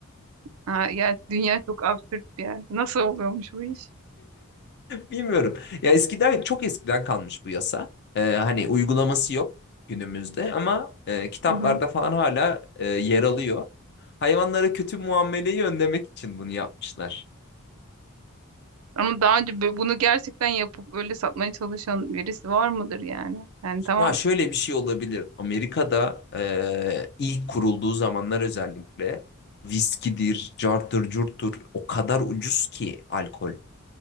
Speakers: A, on the right; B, on the left.
A: Ha, ya dünya çok absürt bir yer. Nasıl oluyormuş bu iş?
B: Bilmiyorum. Ya eskiden çok eskiden kalmış bu yasa. Ee, hani uygulaması yok günümüzde ama e, kitaplarda
A: Hı hı.
B: falan hala e, yer alıyor. Hayvanlara kötü muameleyi önlemek için bunu yapmışlar.
A: Ama daha önce bö- bunu gerçekten yapıp öyle satmaya çalışan birisi var mıdır yani? Yani tamam.
B: Ya şöyle bir şey olabilir. Amerika'da eee, ilk kurulduğu zamanlar özellikle viskidir, carttır, curttur o kadar ucuz ki alkol.